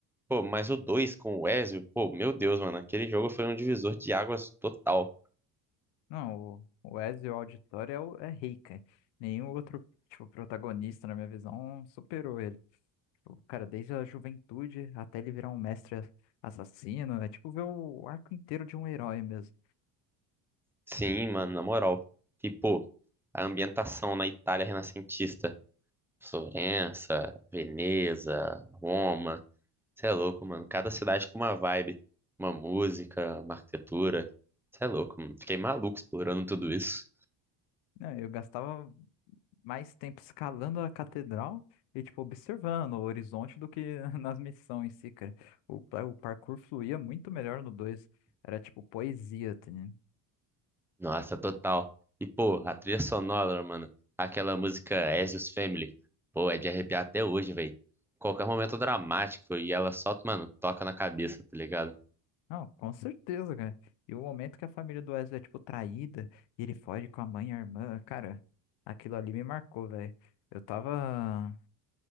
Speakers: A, in the centre; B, on the left (about 80°).
A: Pô, mas o dois com o Ezio, pô, meu Deus, mano, aquele jogo foi um divisor de águas total.
B: Não, o, o Ezio Auditore é, o- é rei, cara. Nenhum outro, tipo, protagonista, na minha visão, superou ele. O cara, desde a juventude até ele virar um mestre assassino, é tipo ver o arco inteiro de um herói mesmo.
A: Sim, mano, na moral. E, pô, a ambientação na Itália renascentista. Florença, Veneza, Roma. Você é louco, mano. Cada cidade com uma vibe, uma música, uma arquitetura. Você é louco, mano. Fiquei maluco explorando tudo isso.
B: Não, eu gastava. mais tempo escalando a catedral e, tipo, observando o horizonte do que <laughs> nas missões em si, cara. O, pa- o parkour fluía muito melhor no dois Era, tipo, poesia, tá ligado?
A: Nossa, total. E, pô, a trilha sonora, mano. Aquela música Ezio's Family. Pô, é de arrepiar até hoje, velho. Qualquer momento dramático e ela só, mano, toca na cabeça, tá ligado?
B: Não, com certeza, cara. E o momento que a família do Wesley é, tipo, traída e ele foge com a mãe e a irmã, cara, aquilo ali me marcou, velho. Eu tava